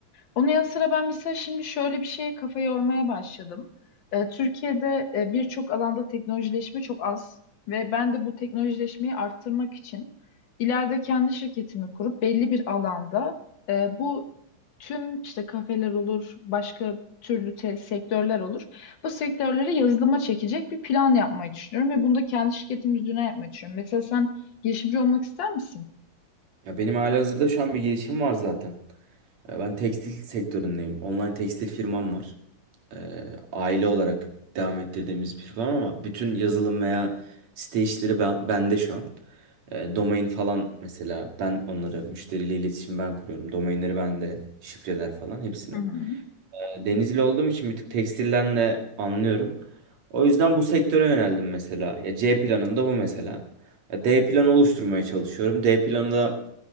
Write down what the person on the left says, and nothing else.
Onun yanı sıra ben mesela şimdi şöyle bir şeye kafa yormaya başladım. Ee, Türkiye'de e, birçok alanda teknolojileşme çok az ve ben de bu teknolojileşmeyi arttırmak için ileride kendi şirketimi kurup belli bir alanda e, bu tüm işte kafeler olur, başka türlü te- sektörler olur. Bu sektörlere yazılıma çekecek bir plan yapmayı düşünüyorum ve bunu da kendi şirketim üzerine yapmayı düşünüyorum. Mesela sen girişimci olmak ister misin?
Hı hı.